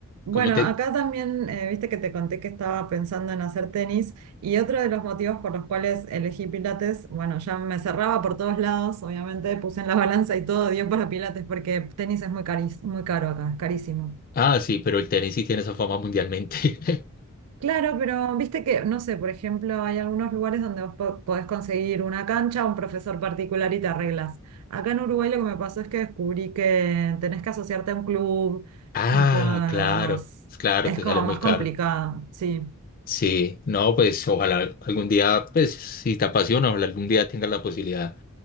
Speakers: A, on the right; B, on the left.
A: Bueno,
B: Como te...
A: acá también, eh, viste que te conté que estaba pensando en hacer tenis y otro de los motivos por los cuales elegí Pilates, bueno, ya me cerraba por todos lados, obviamente puse en la <laughs> balanza y todo dio para Pilates porque tenis es muy cari- muy caro acá, es carísimo.
B: Ah, sí, pero el tenis sí tiene esa fama mundialmente. <laughs>
A: Claro, pero viste que, no sé, por ejemplo, hay algunos lugares donde vos po- podés conseguir una cancha, un profesor particular y te arreglas. Acá en Uruguay lo que me pasó es que descubrí que tenés que asociarte a un club
B: Ah,
A: y todo lo
B: claro,
A: demás.
B: pues claro,
A: Es
B: te
A: como
B: sale muy
A: más
B: caro.
A: complicado, sí.
B: Sí, no, pues ojalá algún día, pues si te apasiona, ojalá algún día tengas la posibilidad